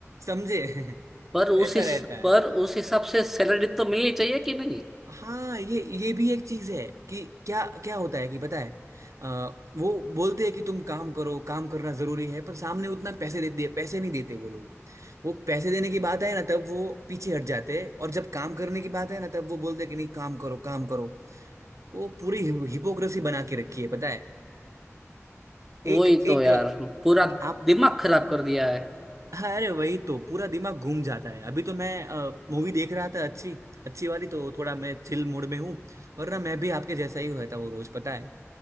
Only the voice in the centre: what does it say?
पर उस
हिस,
पर उस हिसाब से सैलरी तो मिलनी चाहिए कि नहीं
वही
तो यार पूरा
दिमाग खराब कर दिया है